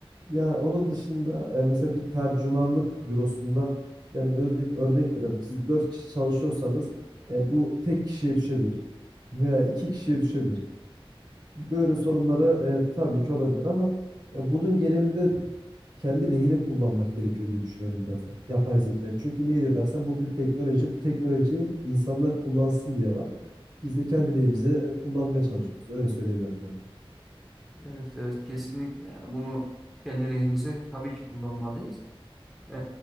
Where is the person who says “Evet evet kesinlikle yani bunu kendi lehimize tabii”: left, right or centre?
Centre